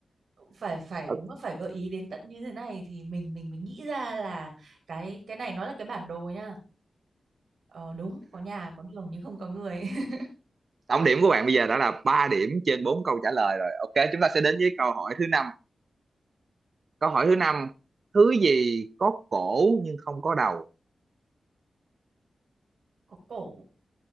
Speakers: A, on the right; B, on the right.
A: phải phải
B: Ờ,
A: đúng là phải gợi ý đến tận như thế này thì mình mình mình nghĩ ra là cái cái này nó là cái bản đồ nha ờ, đúng có nhà có đường nhưng không có người <laughs>
B: tổng điểm của bạn bây giờ đã là ba điểm trên 4 câu trả lời rồi ok chúng ta sẽ đến với câu hỏi thứ năm Câu hỏi thứ năm, thứ gì có cổ nhưng không có đầu?
A: có cổ